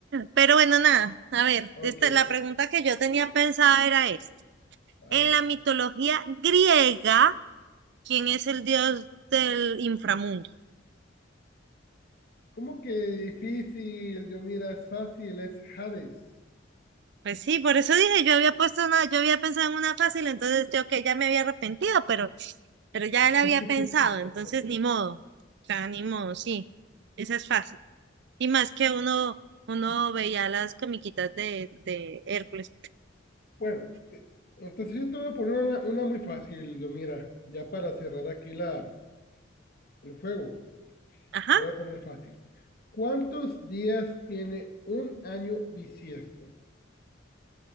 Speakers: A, on the right (about 65°); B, on the left (about 55°).
A: Pero bueno, nada, a ver,
B: Ok,
A: esta, la pregunta que yo tenía pensada era esta.
B: a
A: En
B: ver,
A: la mitología griega, ¿quién es el dios del inframundo?
B: ¿cómo que difícil? Yo mira, es fácil, es Hades.
A: Pues sí, por eso dije, yo había puesto una, yo había pensado en una fácil, entonces yo que ya me había arrepentido, pero, pero ya
B: <laughs>
A: la había pensado, entonces ni modo. O sea, ni modo, sí. Esa es fácil. Y más que uno, uno veía las comiquitas de, de Hércules.
B: Bueno, te- entonces yo te voy a poner una, una muy fácil, yo mira, ya para cerrar aquí la, el juego.
A: Ajá.
B: Te lo voy a poner fácil. ¿Cuántos días tiene un año bisiesto?